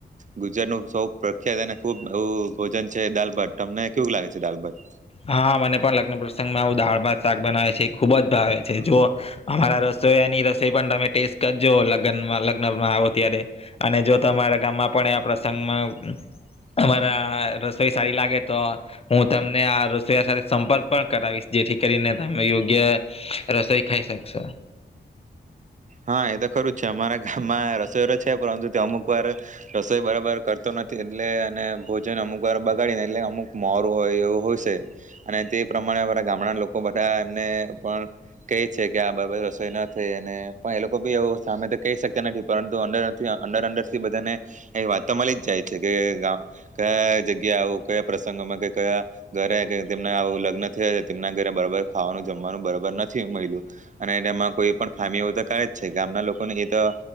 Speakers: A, on the right; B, on the left.
A: ગુજરાત ન સૌ પ્ર મને ખુબ ભોજન છે. દાલ ભાટ તમને કેવું લાગે છે દાલ ભાટ.?
B: હા મને પણ લગ્ન પ્રસંગમાં આવું દાળ ભાત શાક બનાવે છે, એ ખુબ જ ભાવે છે. જો અમારા રસોયાની રસોઈ પણ તમે ટેસ્ટ કરજો, લગ્ન લગ્નમાં આવો ત્યારે, અને જો તમારા ગામમાં પણ એ પ્રસંગમાં, અમારા રસોઈ સારી લાગે તો, હું તમને આ. રસોયા સાથે સંપર્ક પણ કરાવીશ. જેથી કરીને તમે યોગ્ય રસોઈ ખાઈ શકશો.
A: હા એ તો ખરું જ છે અમારા ગામમાં રસોયો તો છે પરંતુ તે અમુક વાર રસોઈ બરાબર કરતો નથી, એટલે અને ભોજન અમુક વાર બગાડીને એટલે અમુક મોરું હોય, એવું હોય છે અને તે પ્રમાણે અમારા ગામડા લોકો બધા એમને પણ કહે છે કે, આ બબર રસોઈ ના થઈ અને. પણ એ લોકો બી એવું સામે તો કહી શકતા નથી. પરંતુ અડર અંડર અંડર થી બધાને એ વાત તો મળી જ જાય છે. કે કયા જગ્યા આવું કયા પ્રસંગોમાં કે કયા.? ઘરે તેમને આવું લગ્ન થયા, તેમના ઘરે બરાબર ખાવાનું. જમવાનું બરાબર નથી મળિ્યું અને એમાં કોઈ પણ ખામી હો. કરે જ છે ગામના લોકોને એ તો